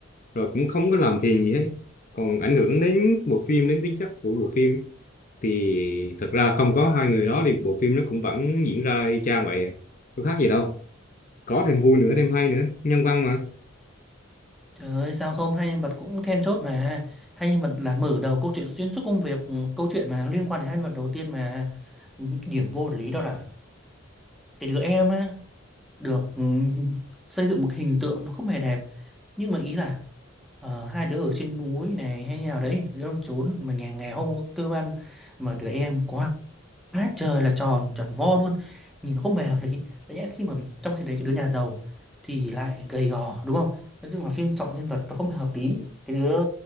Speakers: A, on the left (about 40°); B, in the centre.
A: rồi cũng không có làm phiền gì hết còn ảnh hưởng đến bộ phim đến tính chất của bộ phim thì thật ra không có hai người đó thì bộ phim nó cũng vẫn diễn ra y chang vậy à. có khác gì đâu có thêm vui nữa thêm hay nữa nhân văn mà
B: trời ơi sao không hai nhân vật cũng then chốt mà hai nhân vật là mở đầu câu chuyện xuyên suốt công việc ừ, câu chuyện mà liên quan đến hai nhân vật đầu tiên mà ừ, điểm vô lý đó là cái đứa em á được ừ, xây dựng một hình tượng nó không hề đẹp nhưng mà ý là ờ, hai đứa ở trên núi này hay nhà đấy đứa ông trốn mà nhà nghèo không có cơ ăn mà đứa em quá Quá trời là tròn tròn vo luôn nhìn nó không hề hợp lý đấy nhẽ khi mà trong khi đấy cái đứa nhà giàu thì lại gầy gò đúng không nói chung là phim chọn nhân vật nó không hề hợp lý cái đứa